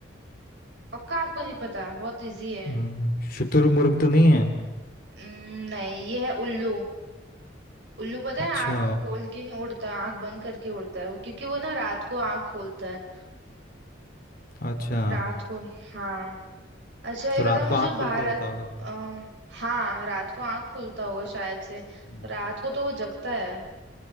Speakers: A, on the right; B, on the left.
A: पक्का आपको नहीं पता बहुत इजी है
B: हम्म, शुतुरमुर्ग तो नहीं है
A: उम्म, नहीं ये है उल्लू उल्लू पता
B: अच्छा
A: है आंख खोल के नहीं उड़ता आंख बंद करके उड़ता है वो क्योंकि वो ना रात को आंख खोलता है
B: अच्छा
A: रात को हाँ अच्छा ये
B: तो
A: बताओ
B: रात को
A: मुझे
B: आँख
A: भारत
B: खोल के उड़ता होगा फिर।
A: आ, हाँ रात को आंख खुलता होगा शायद से
B: हम्म
A: रात को तो वो जगता है